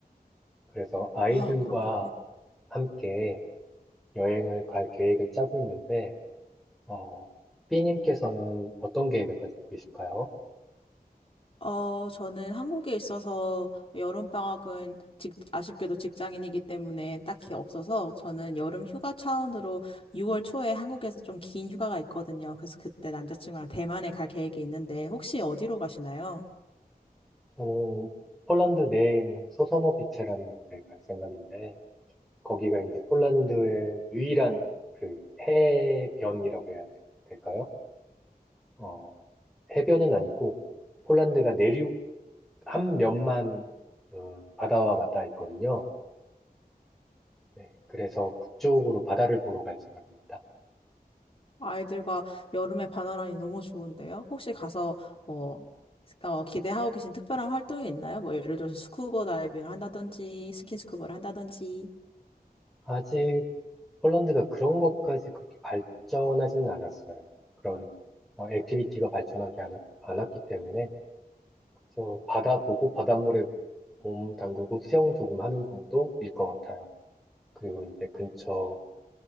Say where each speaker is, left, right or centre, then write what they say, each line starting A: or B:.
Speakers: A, in the centre; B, on the left.
A: 그래서 아이들과
B: 아, 그렇군.
A: 함께 여행을 갈 계획을 짜고 있는데, 어, B님께서는 어떤 계획을 가지고 계실까요?
B: 어, 저는 한국에 있어서 여름방학은 직, 아쉽게도 직장인이기 때문에 딱히 없어서 저는 여름 휴가 차원으로 6월 초에 한국에서 좀 긴 휴가가 있거든요. 그래서 그때 남자친구랑 대만에 갈 계획이 있는데 혹시 어디로 가시나요?
A: 저는 폴란드 내에 있는 소서노비체라는 곳에 갈 생각인데, 거기가 이제 폴란드의 유일한 그 해변이라고 해야 될까요? 어, 해변은 아니고 폴란드가 내륙 한 면만 어, 바다와 맞닿아 있거든요. 네, 그래서 그쪽으로 바다를 보러 갈 생각입니다.
B: 아이들과 여름에 바다라니 너무 좋은데요? 혹시 가서 뭐, 어, 기대하고 계신 특별한 활동이 있나요? 뭐 예를 들어서 스쿠버 다이빙을 한다든지 스킨스쿠버를 한다든지.
A: 아직 폴란드가 그런 것까지 그렇게 발전하지는 않았어요. 그런 어, 액티비티가 발전하지 않, 않았기 때문에 그래서 바다 보고 바닷물에 몸 담그고 수영 조금 하는 정도일 것 같아요. 그리고 이제 근처